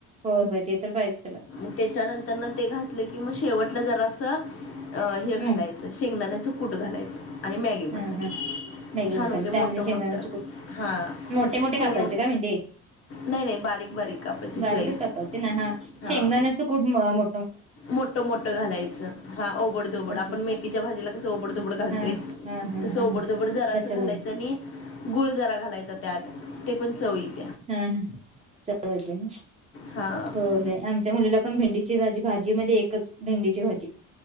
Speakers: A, on the right; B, on the left.
A: होय होय ते तर पाहिजे त्याला
B: मग त्याच्यानंतरनं ते घातलं की मग शेवटलं जरासं अ हे घालाय
A: हम्म
B: शेंगदाण्याचं कूट घालायचं आणि मॅगी मसाला.
A: हा हा मॅगी
B: छान
A: मसाला
B: होते मोठं
A: त्यामध्ये शेंगदाण्याचे
B: मोठं
A: कुट
B: हां
A: मोठे मोठे
B: शेंगदाणे
A: कापायचे का भेंडे?
B: नाही नाही बारीक बारीक कापायची स्लाईस
A: बारीकच कपडायचे ना हा
B: हां
A: शेंगदानाच कूट म मो
B: मोठं मोठं घालायचं हा ओबड-धोबड
A: अच्छा
B: आपण
A: अच्छा.
B: मेथीच्या भाजीला कसं ओबड-धबड घालतोय.
A: हा हा हा
B: तसं
A: हा
B: ओबड दोबड जरसा
A: तसं
B: घालायच
A: घाला
B: आणि गुळ जरा घालायचा त्यात ते पण चवी येईल.
A: हा हा चव येते ना
B: हां
A: हो होय आम च्या मुलीला पण भेंडीची भाजी भाजी मध्ये एकच भेंडीची भाजी